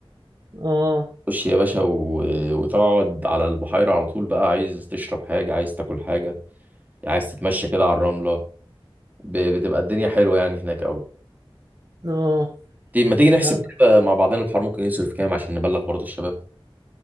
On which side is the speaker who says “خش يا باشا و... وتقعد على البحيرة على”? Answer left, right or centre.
Right